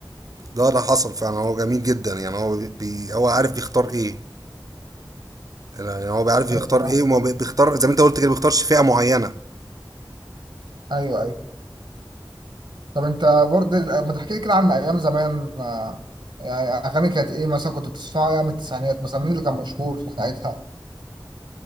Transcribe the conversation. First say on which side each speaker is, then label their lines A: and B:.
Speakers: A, on the right; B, on the right.
A: ده ده حصل فعلا هو جميل جدا يعني هو بي بي- هو عارف بيختار ايه يعني هو بيعرف يختار
B: ايوه فاهم
A: ايه وما بي- بيختار زي ما انت قلت كده بيختارش فئة معينة
B: ايوه ايوه طب انت برضه ما تحكي لي كده عن ايام زمان آه، يعني اغاني كانت ايه مثلا كنت بتسمعها ايام التسعينات مثلا مين اللي كان مشهور في ساعتها